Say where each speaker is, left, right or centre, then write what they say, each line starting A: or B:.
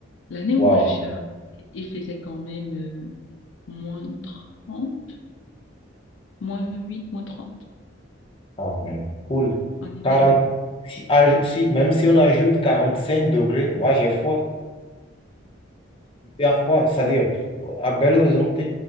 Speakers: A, on the left; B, on the left.
A: l'année où
B: Waouh.
A: moi je suis arrivée, il faisait quand même euh, moins trente, moins 28, moins 30
B: Ah, mais cool.
A: en hiver.
B: quarante,
A: <laughs>
B: si, aj- si- même si on ajoute 45 degrés, moi j'ai froid, hyper froid. C'est-à-dire, à Belo Horizonte,